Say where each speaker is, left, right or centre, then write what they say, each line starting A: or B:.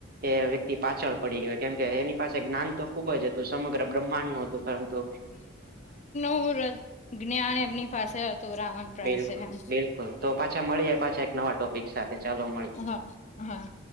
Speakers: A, on the right; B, on the left.
A: એ વ્યક્તિ પાછળ પડી ગયો કેમ કે એની પાસે જ્ઞાન તો ખૂબ જ હતું સમગ્ર બ્રહ્માંડનું હતું પરંતુ.
B: બર. <unintelligible> જ્ઞાન એમની પાસે આવ હતું રાવણ પાસે
A: બિલકુલ
B: એમ
A: બિલકુલ તો પાછા મળીએ પાછા એક નવા ટોપિક સાથે ચાલો મળીએ.
B: હા હા.